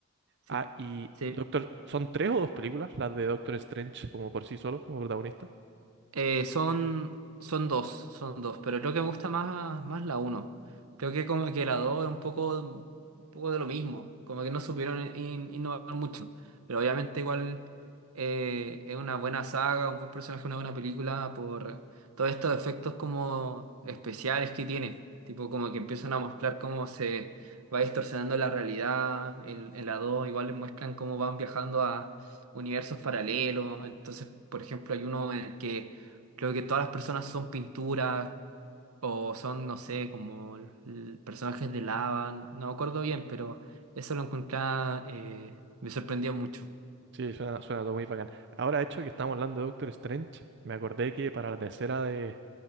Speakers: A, on the right; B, on the right.
A: sí,
B: Ah, y
A: sí.
B: Doctor, ¿son tres o dos películas las de Doctor Strange como por sí solo, como protagonista?
A: Eh, son, son dos, son dos, pero creo que me gusta más, más la uno. Creo que como que la dos es un poco, un poco de lo mismo, como que no supieron in- innovar mucho, pero obviamente igual eh, es una buena saga, un buen personaje, una buena película por todos estos efectos como especiales que tiene, tipo como que empiezan a mostrar cómo se va distorsionando la realidad, en, en la dos igual les muestran cómo van viajando a universos paralelos, entonces por ejemplo hay uno en el que Creo que todas las personas son pinturas o son, no sé, como l- l- personajes de lava. No, no me acuerdo bien, pero eso lo encontré, eh, me sorprendió mucho.
B: Sí, suena, suena todo muy bacán. Ahora, hecho que estamos hablando de Doctor Strange, me acordé que para la tercera de